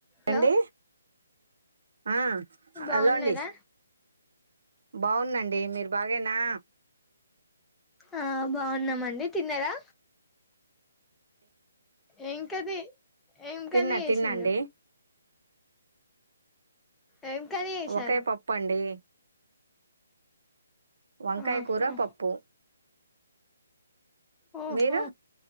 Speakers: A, on the right; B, in the centre.
A: టండి
B: హలో
A: ఆ
B: బాగున్నారా
A: హలో అండి బాగునండి మీరు బాగేనా
B: ఆ బాగున్నామండి తిన్నారా ఏంకాది ఏం
A: తిన్నా
B: కర్రీ చేసిండ్రు
A: తిన్నాండి
B: ఏం కర్రీ
A: వంకాయ
B: చేశారు
A: పప్పు అండి వంకాయ
B: ఆహా
A: కూర పప్పు
B: ఓహో
A: మీరు